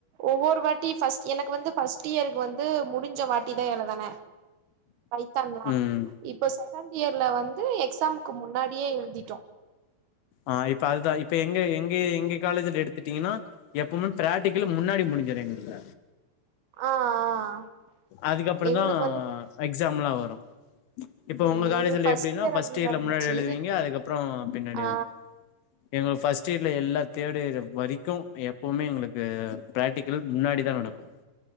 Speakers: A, on the right; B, on the left.
A: ஒவ்வொரு வாட்டி ஃபர்ஸ்ட் எனக்கு வந்து ஃபர்ஸ்ட் இயருக்கு வந்து முடிஞ்ச வாட்டி தா எழுதுன பைதான் தா
B: ம்.
A: இப்ப செகண்ட் ஏர்ல வந்து எக்ஸாமுக்கு முன்னாடியே எழுதிட்டோ
B: ஆ இப்ப அதுதா இப்ப எங்க எங்க எங்க காலேஜ்ல எடுத்துடீங்கன்னா எப்பவுமே பிராக்டிக்கல் முன்னாடி முடிஞ்சுறு எங்களுக்கு
A: ஆ ஆ
B: அதுக்கப்ற
A: எங்களுக்கு
B: தா
A: வந்து
B: எக்ஸாம் லா வரு இப்போ
A: ம்
B: உங்க
A: எங்களுக்கு
B: காலேஜ்ல எப்டின்னா
A: இயர்
B: ஃபஸ்ட்
A: அப்டி
B: எர்ல
A: நடந்துச்சு
B: முன்னாடி எழுதுவீங்க அதுகப்பறோ பின்னாடி
A: ஆ
B: வரு எங்களுக்கு ஃபஸ்ட் எர்ல எல்லா தேர்டு எர் வரிக்கு எப்பவுமே எங்களுக்கு ப்ராக்டிகல் முன்னாடி தா நடக்கு